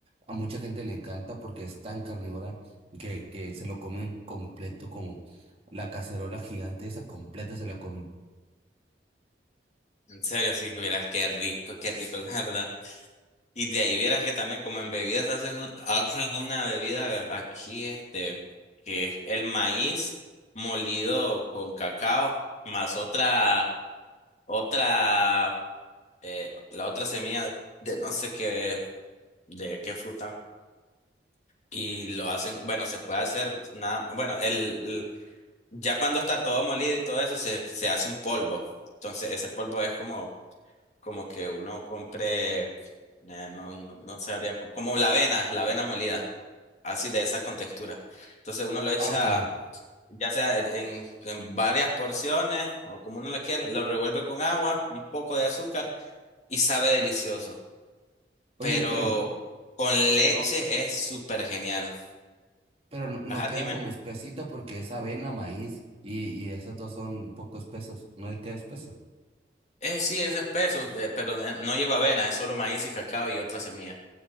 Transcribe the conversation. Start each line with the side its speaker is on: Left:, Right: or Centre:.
Right: a mucha gente le encanta porque es tan carnívora que, que se lo comen completo como la cacerola gigante esa completa se la comen.
Left: En serio, sí que vieras qué rico, qué rico, <laughs> la verdad. Y de ahí vieras que también como en bebidas hacen, un- hacen una bebida a- aquí, este, que es el maíz molido con cacao, más otra, otra, eh, la otra semilla de no sé qué, de qué fruta. Y lo hacen, bueno, se puede hacer nada, bueno, el, Ya cuando está todo molido y todo eso, se, se hace un polvo. Entonces, ese polvo es como, como que uno compre, eh, no, no, no sabría, cómo- como la avena, la avena molida, así de esa con textura Entonces, uno lo echa,
Right: Ah, ok.
Left: ya sea en, en varias porciones o como uno lo quiera, lo revuelve con agua, un poco de azúcar y sabe delicioso.
Right: Oye,
Left: Pero
Right: pero
Left: con leche
Right: no,
Left: es súper genial.
Right: pero no no
Left: Ajá,
Right: queda
Left: dime.
Right: como espesita porque es avena, maíz y, y esos dos son un poco espesos. No le queda espeso.
Left: Eh, sí, es espeso, de- pero eh, no lleva avena, es solo maíz y cacao y otra semilla.